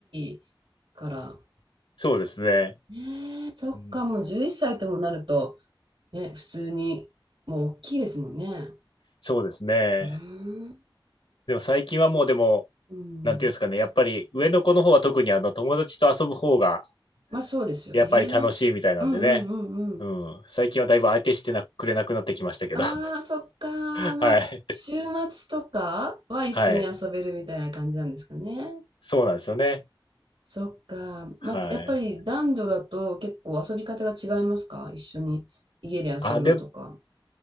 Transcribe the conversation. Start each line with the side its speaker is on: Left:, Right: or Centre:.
Right: いから。
Left: そうですね。
Right: ねえ、そっか、
Left: うん。
Right: もう11歳ともなると、ね、普通に、もう大きいですもんね。
Left: そうですね。
Right: うーん。
Left: でも最近はもうでも、
Right: うん。
Left: なんていうんですかね、やっぱり上の子の方は特にあの友達と遊ぶ方が
Right: まあそうですよね。
Left: やっぱり楽しいみたいなんでね。
Right: うんうんうんうん。
Left: うん。最近はだいぶ相手してなくれなくなってきましたけど。
Right: ああ、
Left: <laughs>
Right: そっか。
Left: はい。
Right: まあ、週末とかは一緒に遊べるみたいな感じなんですかね。
Left: はい。そうなんですよね。
Right: そっか。
Left: はい。
Right: まあ、やっぱり男女だと結構遊び方が違いますか一緒に家で遊ぶのとか。
Left: あ、で、